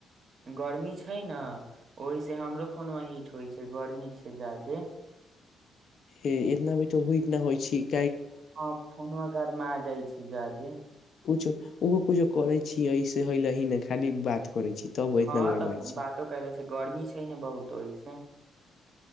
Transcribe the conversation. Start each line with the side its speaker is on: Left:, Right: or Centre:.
Right: गर्मी छैय ने ओहिसँ हमरो फोनवा हीट होइ छैय गर्मी छैय ज्यादे।
Left: इतना भी तऽ हो इतना होइ छीक
Right: हां फोनवा गरमाई जाइ छैय जादे।
Left: कुछु ओहो कुछो करै छीयै ऐसे हल ही ने खाली बात करै छी तब
Right: हँ
Left: इतना गरमाइ
Right: तऽ
Left: छी।
Right: बातो करे से गर्मी छैय ने बहुत ओएसे